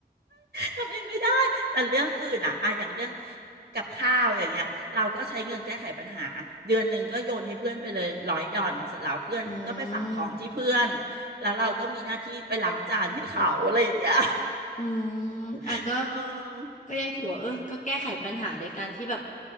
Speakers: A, on the right (about 60°); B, on the left (about 45°).
A: ทำเองไม่ได้ แต่เรื่องอื่นอ่ะอะอย่างเรื่องกับข้าวอย่างเงี้ยเราก็ใช้เงินแก้ไขปัญหา เดือนหนึ่งก็โยนให้เพื่อนไปเลยร้อยดอนเสร็จแล้วเพื่อนก็ไปฝากท้องที่เพื่อน
B: อืม
A: แล้วเราก็มีหน้าที่ไปล้างจานให้เขาอะไรอย่างเงี้ย
B: อืมอ่ะก็
A: <laughs> เออ
B: ก็ยังถือว่าเออก็แก้ไขปัญหาโดยการที่แบบ